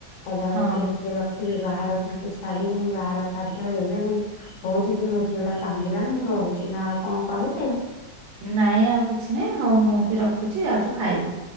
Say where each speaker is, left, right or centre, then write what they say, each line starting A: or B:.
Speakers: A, on the left (about 85°); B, on the right (about 80°).
A: ତା ଦାୟୀତ୍ୱ
B: ହଁ
A: ର ସହ ଟିକେ ରଖିବେ ବାହାରକୁ ଟିକ ଛାଡିକି ମୁଁ ବାହାର ଖାଦ୍ୟ ଦେବେନି ହଉ ଦିଦି ମୋ ଝିଅ ଟା କାନ୍ଦିଲାଣି ମୁଁ ରହୁଛି ନା ଆଉ କଣ କହିବେ?
B: ନାଇଁ ଆଉ କିଛି ନାଇଁ ହଉ ମୁଁ ବି ରଖୁଛି ଆଉ ଯାଉଛୁ ଖାଇବୁ।